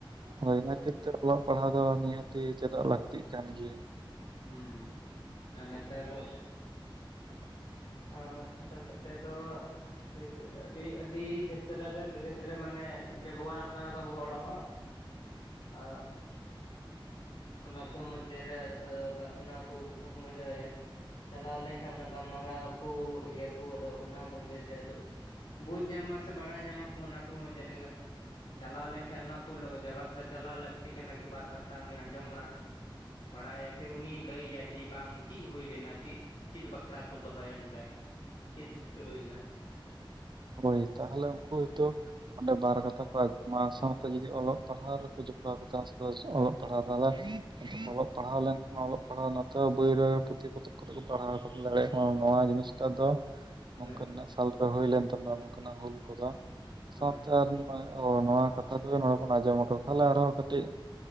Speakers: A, on the right; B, on the left.
A: ᱦᱳᱭ ᱚᱱᱟ ᱠᱷᱟᱹᱛᱤᱨ ᱛᱮ ᱚᱞᱚᱜ ᱯᱟᱲᱦᱟᱜ ᱫᱚ ᱱᱤᱦᱟᱹᱛᱤ ᱪᱮᱫᱚᱜ ᱞᱟᱹᱠᱛᱤᱜ ᱠᱟᱱ ᱜᱮᱭᱟ᱾
B: ᱦᱩᱸ ᱟᱨ ᱱᱮᱛᱟᱨ ᱫᱚ
A: <inaudible>
B: ᱟ ᱛᱟᱨ ᱠᱚᱛᱮ ᱫᱚ ᱯᱷᱤᱨ ᱵᱷᱤ ᱟᱹᱰᱤ ᱟᱹᱰᱤ ᱪᱷᱮᱛᱨᱚ ᱨᱮ ᱫᱷᱤᱨᱮ ᱫᱷᱤᱨᱮ ᱢᱟᱱᱮ ᱡᱟᱜᱩᱣᱟᱨᱚᱜ ᱠᱟᱱᱟ ᱠᱚ ᱟᱵᱚ ᱦᱚᱲ ᱦᱚᱸ᱾ ᱟᱻ ᱚᱱᱟ ᱠᱚ ᱢᱚᱫᱽᱫᱷᱮ ᱨᱮ ᱟᱫᱚ ᱚᱱᱟ ᱠᱚ ᱢᱚᱫᱽᱫᱷᱮ ᱪᱟᱞᱟᱣ ᱞᱮᱱᱠᱷᱟᱱ ᱚᱱᱟ ᱜᱟᱞᱢᱟᱨᱟᱣ ᱠᱚ ᱤᱭᱟᱹ ᱠᱚ ᱟᱫᱚ ᱚᱱᱟ ᱢᱚᱫᱽᱫᱷᱮ ᱛᱮ ᱟᱫᱚ ᱵᱩᱡᱽ ᱧᱟᱢᱟ ᱥᱮ ᱵᱟᱲᱟᱭ ᱧᱟᱢ ᱟᱠᱚ ᱚᱱᱟ ᱠᱚ ᱢᱚᱫᱽᱫᱷᱮ ᱨᱮᱜᱮ᱾ ᱪᱟᱞᱟᱣ ᱞᱮᱱᱠᱷᱟᱡ ᱚᱱᱟ ᱠᱚ ᱡᱟᱭᱜᱟ ᱨᱮᱫᱚ ᱪᱟᱞᱟᱣ ᱞᱟᱹᱠᱛᱤ ᱠᱟᱱᱟ, ᱠᱤ ᱵᱟᱨ ᱠᱟᱛᱷᱟ ᱩᱱᱤ ᱟᱸᱡᱚᱢᱟ᱾ ᱵᱟᱲᱟᱭᱟ ᱯᱷᱤᱨ ᱩᱱᱤ ᱞᱟᱹᱭᱟᱭ ᱪᱤᱜ ᱵᱟᱝ ᱪᱤᱫ ᱦᱩᱭ ᱞᱮᱱᱟ ᱪᱤᱫ ᱪᱤᱫ ᱵᱟᱠᱷᱨᱟ ᱠᱚ ᱫᱚᱦᱚᱭᱟ ᱱᱚᱰᱮ? ᱪᱤᱫ ᱦᱚᱛᱮᱡ ᱛᱮ ᱦᱩᱭ ᱞᱮᱱᱟ?
A: ᱦᱳᱭ ᱛᱟᱦᱚᱞᱮ ᱩᱱᱠᱩ
B: ᱦᱳᱭ᱾
A: ᱦᱚᱭᱛᱳ ᱚᱸᱰᱮ ᱵᱟᱨ ᱠᱟᱛᱷᱟ ᱠᱚ ᱢᱟᱱᱮ ᱥᱟᱶᱛᱮ ᱡᱩᱫᱤ ᱚᱞᱚᱜ ᱯᱟᱲᱦᱟᱣ ᱨᱮᱠᱚ ᱡᱚᱯᱲᱟᱣ ᱠᱚ ᱛᱟᱦᱮᱱᱟ ᱥᱮᱠᱚ ᱚᱞᱚᱜ ᱯᱟᱲᱦᱟᱣ ᱛᱟᱦᱚᱞᱮ
B: ᱦᱳᱭ
A: ᱚᱞᱚᱜ ᱯᱟᱲᱦᱟᱣ ᱞᱮᱱᱠᱷᱟᱱ ᱚᱞᱚᱜ ᱯᱟᱲᱦᱟᱣ ᱱᱟᱛᱮ ᱵᱳᱭ ᱨᱮ ᱯᱩᱛᱷᱤ ᱯᱚᱛᱚᱵ ᱠᱚᱛᱮ ᱠᱚ ᱯᱟᱲᱦᱟᱣ ᱠᱟᱛᱮᱫ ᱠᱚ ᱫᱟᱲᱮᱭᱟᱠᱚ ᱢᱟ, ᱱᱚᱣᱟ ᱡᱤᱱᱤᱥᱴᱟᱜ ᱫᱚ ᱱᱚᱝᱠᱟ
B: ᱦᱳᱭ
A: ᱱᱤᱱᱟᱹᱜ ᱥᱟᱞ ᱨᱮ ᱦᱩᱭ ᱞᱮᱱ ᱛᱟᱵᱚᱱᱟ, ᱱᱚᱝᱠᱟᱱᱟᱜ ᱦᱩᱞ ᱠᱚᱫᱚ
B: ᱦᱳᱭ
A: ᱥᱟᱶᱛᱮ ᱟᱨ ᱱᱚᱜ-ᱚᱭ ᱱᱚᱶᱟ ᱠᱟᱛᱷᱟ ᱠᱚᱜᱮ ᱱᱚᱰᱮ ᱵᱚᱱ ᱟᱸᱡᱚᱢ ᱟᱠᱟᱫᱟ, ᱛᱟᱦᱚᱞᱮ ᱟᱨᱦᱚᱸ ᱠᱟᱹᱴᱤᱡ